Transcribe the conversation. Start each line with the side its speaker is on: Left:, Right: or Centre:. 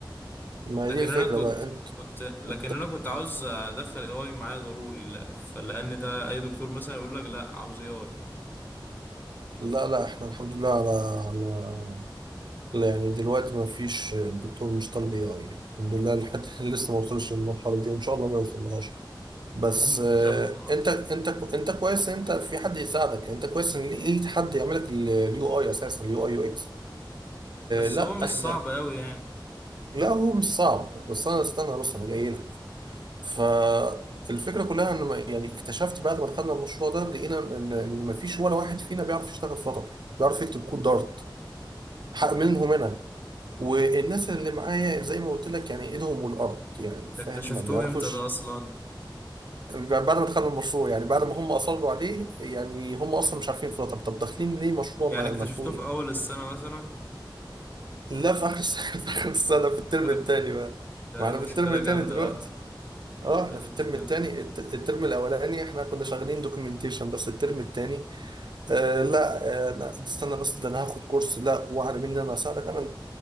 Right: ما
Left: لكن
Right: هي الفكرة
Left: انا كنت
Right: بقى انت
Left: كنت لكن
Right: انت
Left: انا كنت عاوز ادخل اي اي معايا ضروري لا فلان ده اي دكتور مثلا يقول لك لا عاوز اي اي
Right: لا لا احنا الحمد لله على, على لا يعني دلوقتي ما فيش الدكتور مش طالب اي اي يعني الحمد لله لحد <laughs> لسه ما وصلش للمرحلة دي وان شاء الله ما يوصلهاش بس
Left: <laughs>
Right: آه،
Left: ان شاء الله
Right: انت انت انت كويس ان انت في حد يساعدك انت كويس ان لقيت حد يعمل لك اليو اي اساسا اليو اي يو اكس
Left: بس
Right: لا
Left: هو مش
Right: احنا
Left: صعب قوي يعني
Right: لا هو مش صعب بس انا استنى بس انا جاي لك فالفكره كلها ان ما- يعني اكتشفت بعد ما دخلنا المشروع ده لقينا ان ان ما فيش ولا واحد فينا بيعرف يشتغل فلاتر بيعرف يكتب كود دارت
Left: مم.
Right: حق منهم انا والناس اللي معايا زي ما قلت لك يعني ايدهم والارض يعني فاهم
Left: ده اكتشفتوه
Right: ما بيعرفوش
Left: امتى ده اصلا
Right: بعد ما دخلنا المشروع يعني بعد ما هم اصروا عليه يعني هم اصلا مش عارفين فلاتر طب داخلين ليه مشروع
Left: يعني
Right: ما
Left: اكتشفتوه
Right: ما فوق
Left: في
Right: إيه؟
Left: اول السنة مثلا
Right: لا في اخر السنه <laughs> في اخر السنه في الترم
Left: أغل-
Right: الثاني بقى
Left: ده
Right: ما
Left: دي
Right: احنا
Left: مشكلة
Right: في الترم الثاني
Left: جامدة
Right: دلوقتي
Left: بقى
Right: اه احنا
Left: ده دي
Right: في
Left: مشكلة
Right: الترم الثاني الترم الاولاني احنا كنا شغالين دوكيومنتيشن بس الترم الثاني آه لا آه لا استنى بس ده انا هاخد كورس لا واعلى مني انا اساعدك انا